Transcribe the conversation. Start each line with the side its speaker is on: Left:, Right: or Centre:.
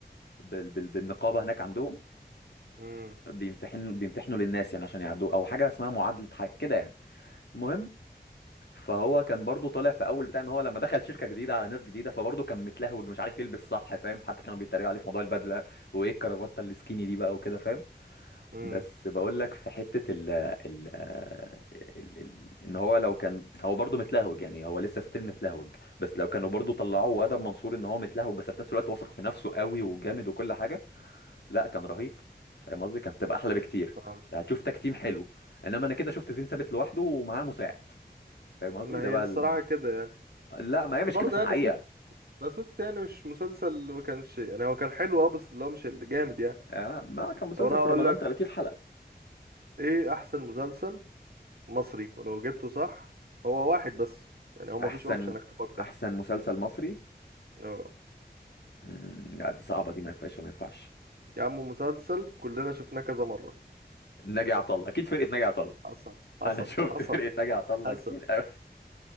Left: بال... بال... بالنقابه هناك عندهم
Right: امم
Left: بيمتحن بيمتحنوا للناس يعني عشان يعدوا او حاجه اسمها معادله حاجه كده يعني المهم فهو كان برضو طالع في اول بتاع ان هو لما دخل شركه جديده على ناس جديده فبرضه كان متلهوج مش عارف يلبس صح فاهم حتى كانوا بيتريقوا عليه في موضوع البدله وايه الكرافته السكيني دي بقى وكده فاهم
Right: امم
Left: بس بقول لك في حته ال ال ال ال ان هو لو كان هو برضه متلهوج يعني هو لسه ستيل متلهوج بس لو كانوا برضه طلعوه وادب منصور ان هو متلهوج بس في نفس الوقت واثق في نفسه قوي وجامد وكل حاجه لا كان رهيب فاهم قصدي كانت هتبقى احلى بكتير
Right: فاهم
Left: يعني هتشوف تكتيم حلو انما انا كده شفت زين ثابت لوحده ومعاه مساعد فاهم قصدي
Right: ما
Left: ده
Right: هي
Left: بقى
Right: الصراحه
Left: ال...
Right: كده يعني
Left: لا ما
Right: بس
Left: هي مش
Right: برضه
Left: كده في الحقيقه
Right: يعني سوتس لا سوتس يعني مش مسلسل ما كانش يعني هو كان حلو اه بس اللي هو مش اللي جامد يعني
Left: آه ما كان مسلسل
Right: طب انا هقول
Left: في رمضان
Right: لك
Left: 30 حلقه
Right: ايه احسن مسلسل مصري ولو جبته صح هو واحد بس يعني هو مفيش
Left: احسن
Right: اوبشن انك تفكر
Left: احسن مسلسل مصري
Right: أه.
Left: مم، لا دي صعبه دي ما ينفعش ما ينفعش
Right: يا عم مسلسل كلنا شفناه كذا مرة
Left: ناجي عطا الله اكيد فرقه ناجي عطا الله
Right: حصل حصل
Left: انا <laughs> شفت
Right: حصل
Left: فرقه ناجي عطا الله
Right: حصل
Left: كتير قوي